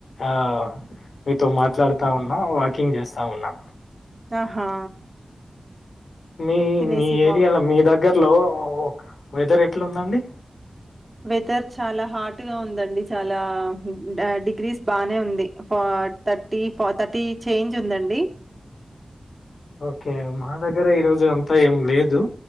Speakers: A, on the left; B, on the right.
A: ఆ మీతో మాట్లాడుతా ఉన్నా వాకింగ్ చేస్తా ఉన్నా
B: ఆహా
A: మీ
B: తినేసి
A: మీ ఏరియాలో
B: వాక్
A: మీ దగ్గరలో వెదర్ ఎట్లాందండి
B: వెదర్ చాలా హాట్గా ఉందండి చాలా డిగ్రీస్ బానే ఉంది ఫ థర్టీ ఫోర్ థర్టీ చేంజ్ ఉందండి
A: ఓకే మా దగ్గర ఈరోజు అంతా ఏం లేదు